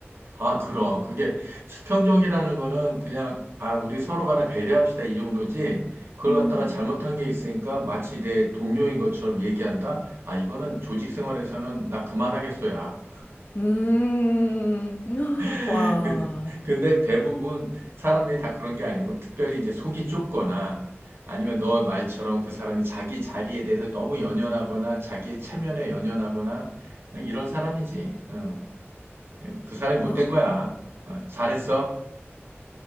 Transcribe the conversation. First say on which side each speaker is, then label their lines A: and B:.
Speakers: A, on the right (about 60°); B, on the left (about 40°).
A: 아, 그럼. 그게 수평적이라는 거는 그냥, 아, 우리 서로 간에 배려합시다. 이 정도지. 그걸
B: 음,
A: 갖다가 잘못한 게 있으니까 마치 내 동료인 것처럼 얘기한다? 아, 이거는 조직 생활에서는 나 그만하겠어야.
B: 음,
A: <laughs>
B: 와,
A: 근데 근데 대부분 사람들이 다 그런 게 아니고, 특별히 이제 속이 좁거나, 아니면 너 말처럼 그 사람이 자기 자리에 대해서 너무 연연하거나, 자기의 체면에 연연하거나, 이런 사람이지. 응. 그 사람이 못된
B: 아,
A: 거야. 어, 잘했어.